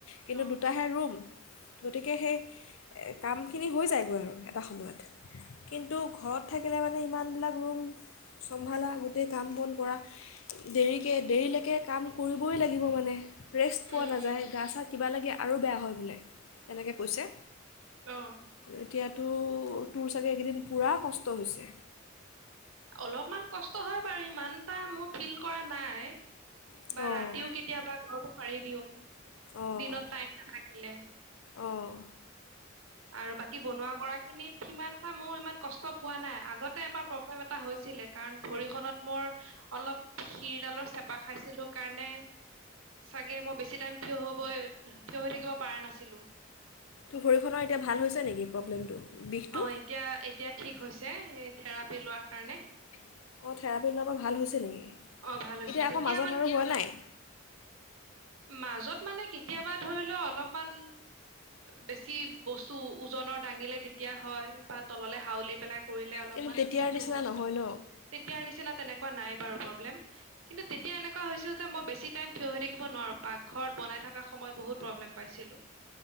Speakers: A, on the left; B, on the right.
A: কিন্তু
B: অ
A: দুটাহে ৰুম গতিকে সেই কামখিনি হৈ যায়গৈ আৰু এটা সময়ত কিন্তু ঘৰত থাকিলে মানে ইমানবিলাক ৰুম চম্ভালা গোটেই কাম বন কৰা দেৰিকে দেৰিলৈকে কাম কৰিবই লাগিব মানে। ৰেষ্ট পোৱা
B: উম
A: নাযায়
B: উম
A: গা চা কিবা লাগে আৰু বেয়া হয় বোলে তেনেকৈ কৈছে।
B: অ
A: এতিয়া তো তোৰ চাগে এইকেইদিন পূৰা কষ্ট হৈছে।
B: অলপমান কষ্ট হয় বাৰু ইমান এটা মোৰ ফিল কৰা নাই
A: অঁ
B: বা ৰাতিও কেতিয়াবা ঘৰতো সাৰি দিওঁ
A: অঁ
B: দিনত টাইম নাথাকিলে।
A: অঁ
B: আৰু বাকী বনোৱা কৰা খিনিত সিমান মোৰ ইমান কষ্ট পোৱা নাই আগতে এবাৰ প্ৰব্লেম এটা হৈছিলে কাৰণ ভৰিখনত মই অলপ শিৰডালৰ চেপা খাইছিলো কাৰণে চাগে মই বেছি টাইম থিয় হব থিয় হৈ থাকিব পৰাানাছিলো।
A: তো ভৰিখনৰ এতিয়া ভাল হৈছে নেকি প্ৰব্লেমটো বিষটো
B: অ এতিয়া এতিয়া ঠিক হৈছে। এই থেৰাপি লোৱাৰ কাৰণে
A: অঁ থেৰাপী লোৱাৰ পৰা ভাল হৈছে নেকি
B: অ ভাল হৈছে
A: এতিয়া আকৌ
B: তেতিয়া
A: মাজত
B: মানে
A: আৰু হোৱা নাই
B: মাজত মানে কেতিয়াবা ধৰি লও অলপমান বেছি বস্তু ওজনৰ দাঙিলে তেতিয়া হয় বা তললে হাউলি পেলাই কৰিলে অলপমান
A: কিন্তু তেতিয়াৰ
B: বিষটো
A: নিচিনা
B: হয়
A: নহয় ন
B: তেতিয়াৰ নিচিনা তেনেকে কোৱা নাই বাৰু কিন্তু তেতিয়া এনেকুৱা হৈছিল যে মই বেছি টাইম থিয় হৈ থাকিব নোৱাৰো পাকঘৰত বনাই থকা সময়ত বহুত প্ৰব্লেম পাইছিলো।